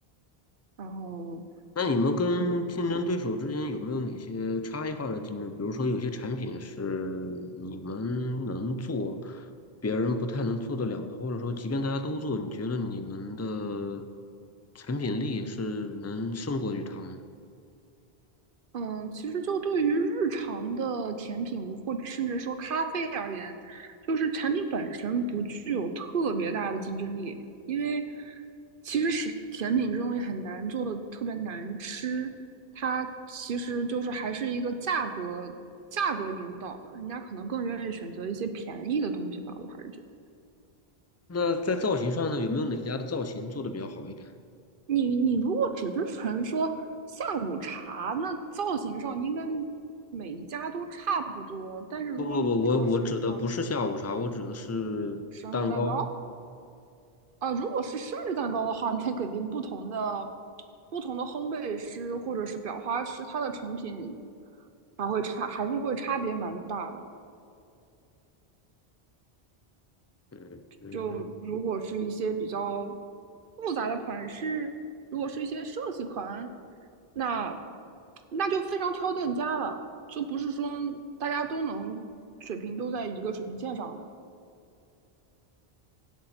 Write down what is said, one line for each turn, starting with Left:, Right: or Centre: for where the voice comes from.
Right: 然后，
Left: 那你们跟竞争对手之间有没有哪些差异化的竞争？
Right: 嗯，
Left: 比如说，有些产品是你们能做，别人不太能做得了的，或者说，即便大家都做，你觉得你们的产品力是能胜过于他们的？
Right: 嗯，其实就对于日常的甜品或者甚至说咖啡而言，就是产品本身不具有特别大的竞争力，因为其实是甜品这东西很难做的特别难吃，它其实就是还是一个价格价格引导的，人家可能更愿意选择一些便宜的东西吧，我还是觉得。
Left: 那在造型上呢，有没有哪家的造型做得比较好一点？
Right: 你你如果只是纯说下午茶，那造型上应该每一家都差不多。但是如果你说是啊、
Left: 不不不，我我指的不是下午茶，
Right: 呃
Left: 我指的是蛋糕。
Right: 生日蛋糕啊、呃如果是生日蛋糕的话，<laughs> 那肯定不同的不同的烘焙师或者是裱花师，它的成品还会差，还是会差别蛮大的。
Left: 嗯嗯
Right: 就如果是一些比较复杂的款式，如果是一些设计款，那那就非常挑店家了，就不是说大家都能水平都在一个水平线上的。